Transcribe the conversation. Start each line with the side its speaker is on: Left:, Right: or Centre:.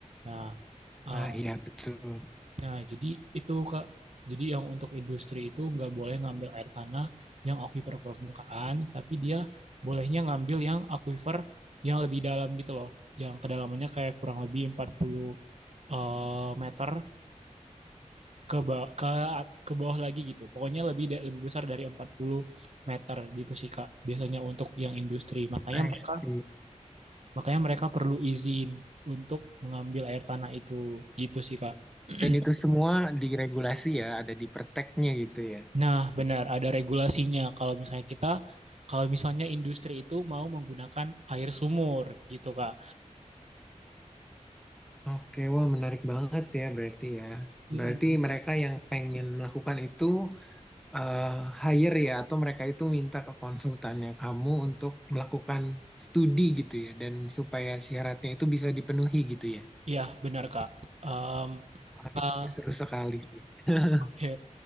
Right: Nah, eh,
Centre: Ah, iya betul.
Right: nah jadi itu kak, jadi yang untuk industri itu nggak boleh ngambil air tanah yang akuifer permukaan, tapi dia bolehnya ngambil yang akuifer yang lebih dalam gitu loh, yang kedalamannya kayak kurang lebih 40 eh, meter ke ba- ke ke bawah lagi gitu. Pokoknya lebih da- lebih besar dari empat puluh meter gitu sih Kak. Biasanya untuk yang industri. Makanya
Centre: I
Right: mereka
Centre: see.
Right: makanya mereka perlu izin untuk mengambil air tanah itu gitu sih Kak. <clears throat>
Centre: Dan itu semua diregulasi ya, ada di perteknya gitu ya.
Right: Nah, benar ada regulasinya kalau misalnya kita kalau misalnya industri itu mau menggunakan air sumur gitu Kak.
Centre: Oke, wah menarik banget ya berarti ya.
Right: Mm-mm.
Centre: Berarti mereka yang pengen melakukan itu eh, hire ya atau mereka itu minta ke konsultannya kamu untuk melakukan studi gitu ya dan supaya syaratnya itu bisa dipenuhi gitu ya.
Right: Iya, benar Kak. Em,
Centre: Wah,
Right: Kak,
Centre: itu seru sekali sih. <laughs>
Right: ya.